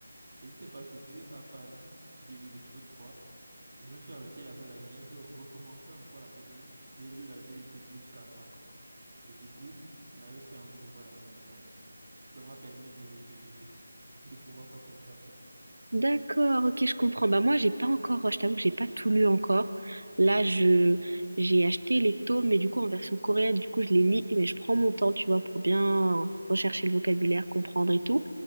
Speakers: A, on the right; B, on the right.
A: Ce qui s'est passé, c'est que à partir de l'épisode 3, je me suis arrêté avec la mienne, je recommençais encore la BD, j'ai lu la BD du début jusqu'à la fin encore. Et du coup, je n'avais plus envie de voir l'animé. Donc, ça m'a permis de, de, de pouvoir patienter, en fait.
B: D'accord, ok, je comprends. Bah moi, j'ai pas encore, euh, je t'avoue que j'ai pas tout lu encore. Là, je j'ai acheté les tomes, mais du coup en version coréenne, du coup je les lis, mais je prends mon temps, tu vois, pour bien rechercher le vocabulaire, comprendre et tout.